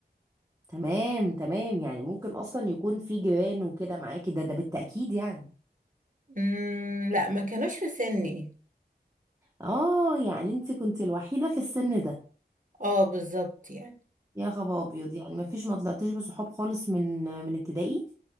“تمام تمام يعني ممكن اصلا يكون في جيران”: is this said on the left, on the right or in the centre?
Right